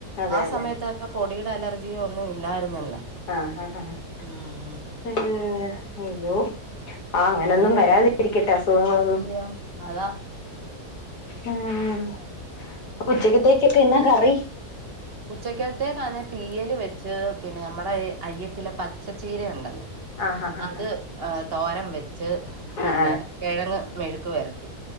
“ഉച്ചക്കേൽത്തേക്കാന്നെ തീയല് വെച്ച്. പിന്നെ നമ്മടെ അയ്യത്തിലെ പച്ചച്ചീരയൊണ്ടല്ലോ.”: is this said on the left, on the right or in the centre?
Right